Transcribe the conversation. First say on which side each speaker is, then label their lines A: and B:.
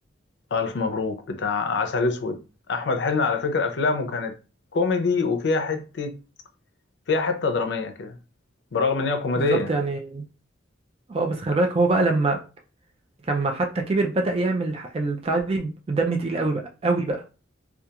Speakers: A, on the left; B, on the right.
A: آه، الف مبروك بتاع عسل اسود احمد حلمي على فكرة افلامه كانت كوميدي وفيها حتة فيها حتة درامية كده برغم ان هي كوميدية
B: بالظبط يعني اه بس خلي بالك هو بقى لما لما حتى كبر بدأ يعمل الح- البتاع دي بدم تقيل قوي بقى قوي بقى